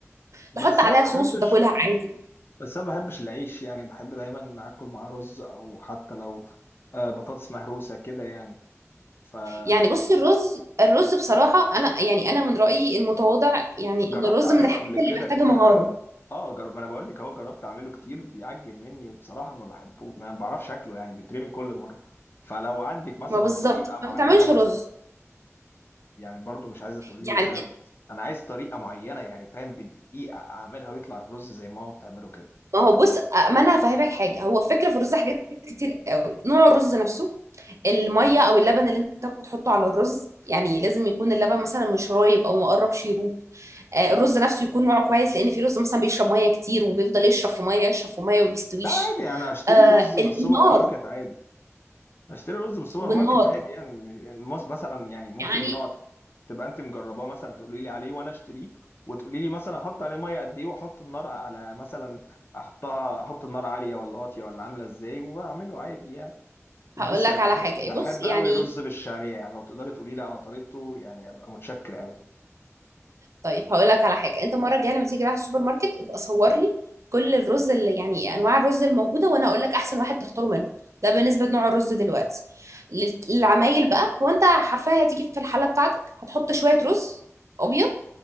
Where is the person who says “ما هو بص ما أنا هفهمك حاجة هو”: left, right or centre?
Right